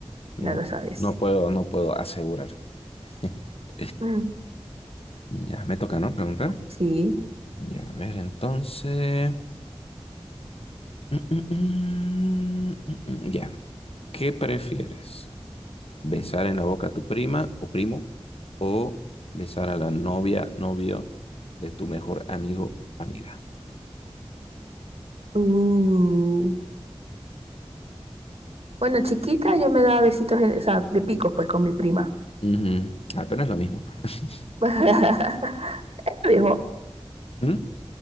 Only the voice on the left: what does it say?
No,
no puedo, no puedo asegurar. <laughs>
Ya me toca, ¿no? Preguntar.
Ya, a ver, entonces. Mm, mm, mm, mm, mm, Ya, ¿qué prefieres? ¿Besar en la boca a tu prima o primo o besar a la novia, novio de tu mejor amigo, amiga?
Ujú. Ah, pero no es lo mismo. pa. <laughs>
¿Mm?